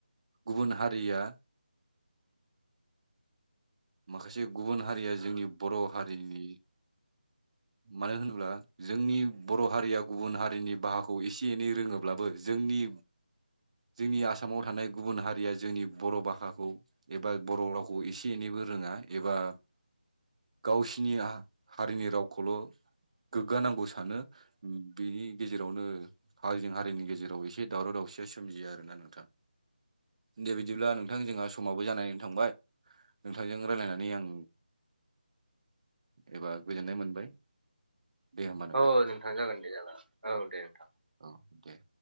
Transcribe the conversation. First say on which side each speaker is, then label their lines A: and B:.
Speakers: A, on the right; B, on the right.
A: गुबुन हारिया माखासे गुबुन हारिया जोंनि बर' हारिनि मानो होनोब्ला जोंनि बर' हारिया गुबुन हारि हारिनि बाहाखौ एसे एनै रोङोब्लाबो जोंनि जोंनि आसामाव थानाय गुबुन हारिया जोंनि बर' भाषाखौ एबा बर' रावखौ खौ एसे एनैबो रोङा एबा गावसिनि हारिनि रावखौल' गोग्गानांगौ सानो बिनि गेजेरावनो हारिजों हारिनि गेजेराव एसे दावराव दावसियास सोमजियो आरोना नोंथां दे बिदिब्ला नोंथां जोंहा समाबबो जानानैनो थांबाय नोंथांजों रायजलायनानै आं एबा गोजोननाय मोनबाय दे होमबा
B: औ नोंथां जागोन दे जागोन औ दे नोंथां
A: औ दे